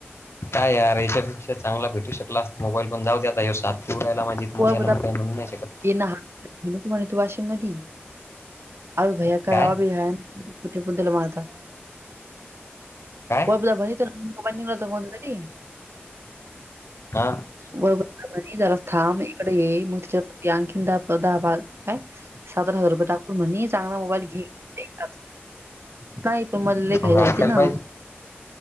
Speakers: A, on the left; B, on the right.
A: काय यार याच्यापेक्षा चांगला भेटू शकला अस मोबाईल पण जाऊदे आता यो सात देऊ राहिला माझी. तर
B: त
A: मग
B: बा
A: याला मी काही म्हणू नाही शकत
B: ये तु्हा वाशीम मधी आग बया. कवाबी
A: काय
B: हाय कवाठे पुंदडल माता.
A: काय
B: ब बला भ तर निघ कोणता तरी
A: हा
B: व झाला जरा थांब इकडे ये मग तिच्या आणखीन दहा प बारा काय. सात हजार रूपय टाक मण म्हणे चांगला मोबाईल घे एकदाचा काय पण मल्ले लयघाई
A: मग
B: झालते
A: ऐकायला
B: ना.
A: पाहिजे